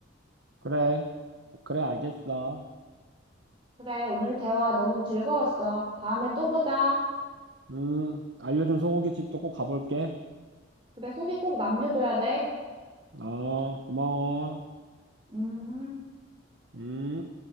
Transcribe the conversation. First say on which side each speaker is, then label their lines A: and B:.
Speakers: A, on the right; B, on the right.
A: 그래, 그래, 알겠어.
B: 그래, 오늘 대화 너무 즐거웠어. 다음에 또 보자.
A: 음, 알려준 소고기집도 꼭 가볼게.
B: 그래, 후기 꼭 남겨줘야 돼.
A: 아, 고마워.
B: 음.
A: 음.